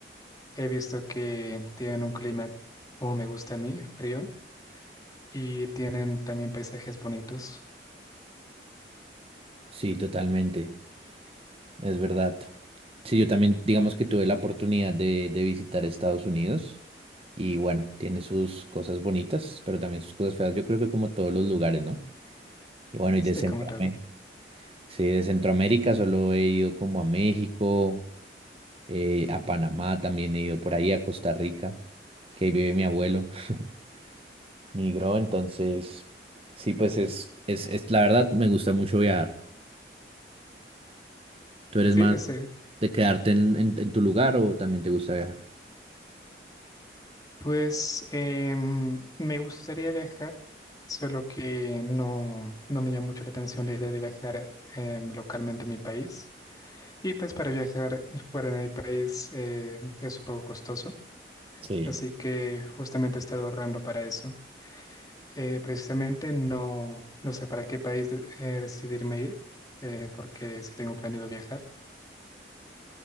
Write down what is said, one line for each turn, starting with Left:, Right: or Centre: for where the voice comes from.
Left: He visto que tienen un clima como me gusta a mí, frío, y tienen también paisajes bonitos.
Right: Sí, totalmente, es verdad. Sí, yo también, digamos que tuve la oportunidad de, de visitar Estados Unidos y bueno, tiene sus cosas bonitas, pero también sus cosas feas. Yo creo que como todos los lugares, ¿no? Y bueno, y
Left: Sí,
Right: de Centroamérica,
Left: como todo.
Right: sí, de Centroamérica solo he ido como a México, eh, a Panamá también he ido por ahí, a Costa Rica, que ahí vive mi abuelo, <laughs> migró, entonces, sí, pues es, es, es, la verdad me gusta mucho viajar. ¿Tú eres
Left: Sí,
Right: más
Left: lo sé.
Right: de quedarte en, en en tu lugar o también te gusta viajar?
Left: Pues em, me gustaría viajar, solo que no, no me llama mucho la atención la idea de viajar em, localmente a mi país. Y pues para viajar fuera de mi país eh, es un poco costoso.
Right: Sí,
Left: Así que justamente he estado ahorrando para eso. Eh, precisamente no, no sé para qué país de- eh, decidirme ir, eh, porque sí tengo planeado viajar,